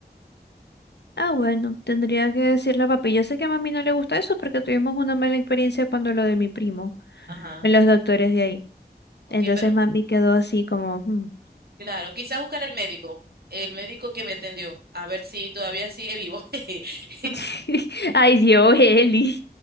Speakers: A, on the left; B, on the right.
A: Ah, bueno, tendría que decirle a papi. Yo sé que a mami no le gusta eso porque tuvimos una mala experiencia cuando lo de mi primo,
B: Ajá.
A: en los doctores de ahí.
B: Ok,
A: Entonces
B: pero
A: mami quedó así como, "Mm,
B: claro, quizás buscar al médico, el médico que me atendió, a ver si todavía sigue vivo. <laughs>
A: <laughs> Ay, Dios, Eli.